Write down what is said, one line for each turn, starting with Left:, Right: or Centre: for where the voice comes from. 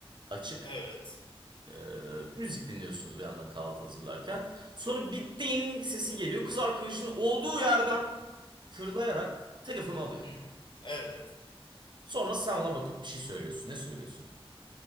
Right: açık.
Left: evet.
Right: Ee, müzik dinliyorsunuz bir yandan kahvaltı hazırlarken. Sonra bir ding sesi geliyor kız arkadaşının olduğu yerden fırlayarak telefonu alıyor.
Left: Hı, evet.
Right: Sonra sen ona bakıp bir şey söylüyorsun. Ne söylüyorsun?